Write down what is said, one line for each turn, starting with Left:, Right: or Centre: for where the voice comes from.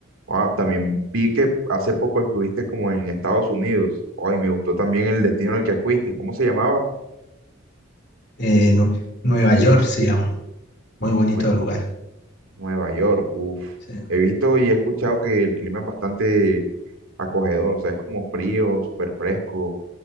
Right: Ah, también vi que hace poco estuviste como en Estados Unidos. Ay, me gustó también el destino al que fuiste. ¿Cómo se llamaba?
Left: Eh, Nue- Nueva York se llama, muy bonito
Right: Nue-
Left: lugar.
Right: Nueva York. Uf.
Left: sí.
Right: He visto y he escuchado que el clima es bastante acogedor. O sea, es como frío, súper fresco.